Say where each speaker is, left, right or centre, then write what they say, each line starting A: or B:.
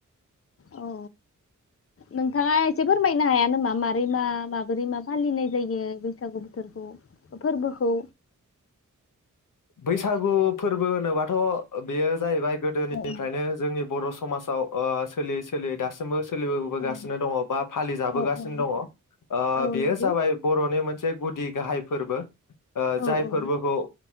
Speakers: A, on the left; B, on the left.
A: औ नोंथाङा एसे फोरमायनो हाया नामा माबारै मा माबोरै मा फालिनाय जायो बैसागु बोथोरखौ? फोरबोखौ?
B: बैसागु फोरबो होनोबाथ' बेयो जाहैबाय। गोदोनिफ्रायनो
A: औ
B: जोंनि बर' समाजाव ओ सोलियै सोलियै दासिमबो। सोलिबोबोगासिनो
A: औ
B: दङ बा फालि जाबोगासिनो
A: औ औ
B: दङ ओ
A: औ
B: बेयो
A: नंगौ
B: जाबाय बर'नि मोन से गुदि गाहाय फोरबो। ओ
A: औ
B: जाय
A: औ
B: फोरबोखौ